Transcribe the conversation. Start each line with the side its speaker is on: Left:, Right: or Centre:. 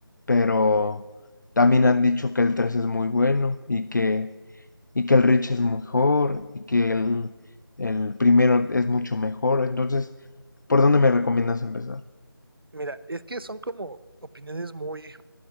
Left: pero también han dicho que el 3 es muy bueno y que, y que el Rich es mejor y que el, el primero es mucho mejor. Entonces, ¿por dónde me recomiendas empezar?
Right: Mira, es que son como opiniones muy,